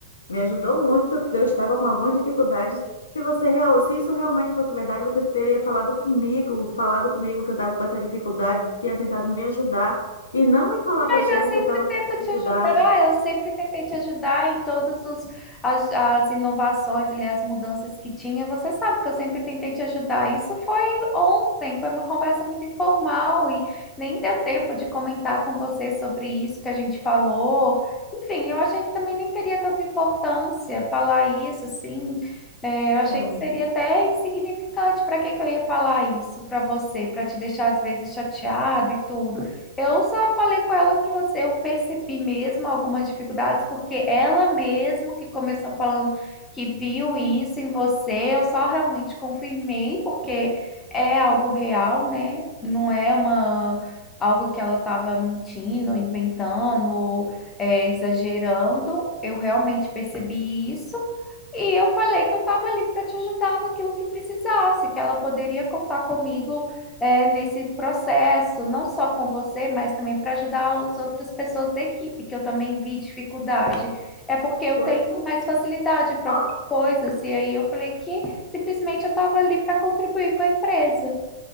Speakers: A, on the left; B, on the left.
A: Me ajudou muito, porque eu estava com algumas dificuldades. Se você real, se isso realmente fosse verdade, você teria falado comigo, falado comigo que eu estava com essa dificuldade, tinha tentado me ajudar e não ir falar para
B: Mas
A: a chefe
B: eu sempre
A: que eu estava
B: tento
A: com dificuldade.
B: te ajudar, eu sempre tentei te ajudar em todas os, as, as inovações e as mudanças que tinha. Você sabe que eu sempre tentei te ajudar. Isso foi ontem, foi uma conversa muito informal e nem deu tempo de comentar com você sobre isso que a gente falou. Enfim, eu achei que também nem teria tanta importância falar isso, assim. É, eu achei
A: É,
B: que seria até insignificante. Para que que eu ia falar isso para você? Para te deixar às vezes chateado e tudo. Eu só falei com ela que você, eu percebi mesmo algumas dificuldades, porque ela mesmo que começou falando que viu isso em você, eu só realmente confirmei, porque é algo real, né? Não é uma algo que ela estava mentindo, inventando, ou, é, exagerando. Eu realmente percebi isso. E eu falei que eu estava ali para te ajudar naquilo que precisasse, que ela poderia contar comigo é, nesse processo, não só com você, mas também para ajudar as outras pessoas da equipe, que eu também vi dificuldade. É porque eu
A: pois
B: tenho
A: não.
B: mais facilidade para
A: Ó,
B: algumas coisas, e aí eu falei que simplesmente eu estava ali para contribuir com a empresa.